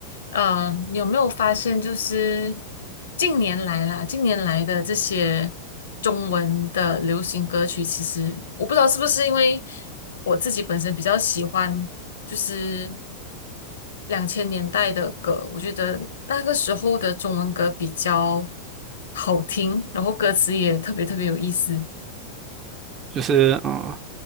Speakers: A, on the left (about 65°); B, on the right (about 30°).
A: 嗯，呃你有没有发现，就是近年来啦，近年来的这些中文的流行歌曲，其实我不知道是不是因为我自己本身比较喜欢，就是两千年代的歌，我觉得那个时候的中文歌比较好听，然后歌词也特别特别有意思。
B: 就是嗯、呃